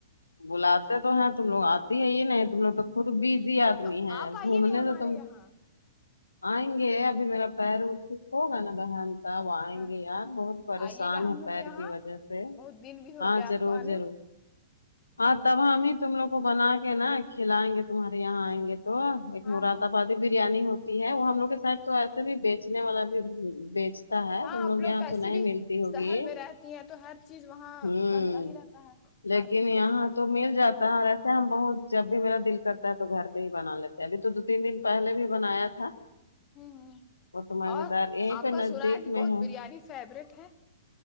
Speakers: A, on the left; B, on the left.
A: بلاتے تو ہیں تم لوگ آتی ہے ہی نہیں تم لوگ تو خ تو بزی آدمی
B: تو
A: ہیں
B: آپ آئیے
A: گھومنے
B: نا ہمارے
A: سے تم
B: یہاں
A: آئیں گے ابھی میرا پیر ا ٹیک ہوگا نا بہن تاب آئیں
B: ہاں
A: گے یار بہت پریشان
B: آئیے گا ہم
A: ہے
B: لوگ
A: پیر
B: کے یہاں
A: کی وجہ سے
B: بہت دن بھی ہو
A: ہاں
B: گیا آپ
A: ضرور
B: کو آنے
A: ضرور ہاں تب ہم ہی تم لوگ کو بنا کے نا کھلائیں گے تمہارے یہاں آئیں گے تو ایک
B: ہاں
A: مراد
B: ہاں
A: آباد بریانی ہوتی ہے وہ ہم لوگ کے ساتھ تو ایسے بھی بیچنے والا بھی بیچ ہے
B: ہاں
A: تم
B: آپ
A: لوگ یہاں
B: ایسے
A: تو نہیں
B: بھی
A: ملتی ہوگی
B: شہر میں رہتی ہیں تو ہر چیز وہاں
A: ہوں
B: بنتا ہی رہتا ہے
A: لیکن
B: مارکیٹ
A: یہاں
B: میں
A: تو مل جاتا ہے اور ایسے ہم بہت جب بھی میرا دل کرتا ہے تو گھر پہ ہی بنا لیتے یبھی تو دو تین دن پہلے بھی بنایا تھا
B: ہوں ہوں
A: وہ تو مزہ
B: اور
A: دار ایک
B: آپ کا
A: نزدیک
B: سنا کہ
A: میں
B: بہت
A: ہے
B: بریانی فیوریٹ ہے